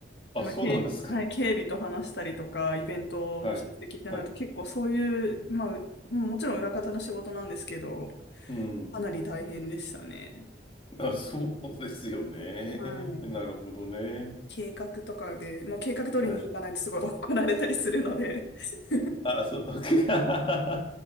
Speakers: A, on the left; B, on the left.
A: あ、
B: まあ、
A: そうなんですか。
B: 警、はい、警備と話したりとか、イベントの出席ってなると結構そういう、
A: はい、はい。
B: まあ、うもちろん裏方の仕事なんですけど、
A: うん。
B: かなり大変でしたね。
A: あ、そうですよね。
B: はい。
A: なるほどね。
B: 計画とかで、もう計画通りに行かないとすごい怒られたりするので
A: はい。
B: <laughs>
A: あ、そう、<laughs>